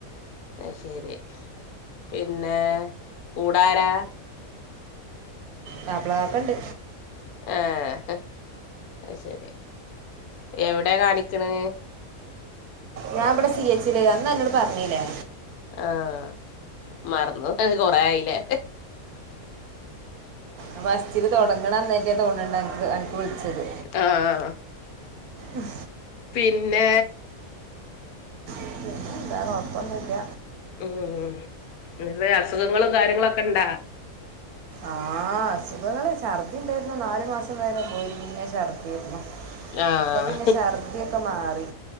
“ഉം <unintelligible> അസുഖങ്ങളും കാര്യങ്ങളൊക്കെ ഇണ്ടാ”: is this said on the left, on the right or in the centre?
Left